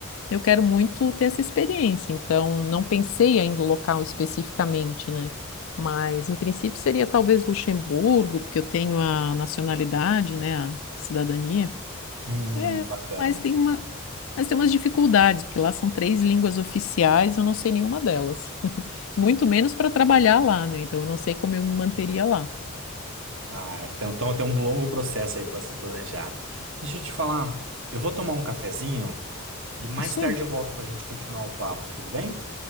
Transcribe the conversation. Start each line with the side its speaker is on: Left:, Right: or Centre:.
Left: eu quero muito ter essa experiência, então não pensei ainda o local especificamente, né? Mas em princípio seria talvez Luxemburgo, porque eu tenho a nacionalidade, né, a cidadania.
Right: hum,
Left: É,
Right: bacana.
Left: mas tem uma, mas tem umas dificuldades, porque lá são três línguas oficiais, eu não sei nenhuma delas. <laughs> Muito menos para trabalhar lá, né? Então eu não sei como eu me manteria lá.
Right: Ah, então, então tem um longo processo aí para se planejar. Deixa eu te falar, eu vou tomar um cafezinho e mais
Left: Isso
Right: tarde
Left: aí.
Right: eu volto para a gente continuar o papo, tudo bem?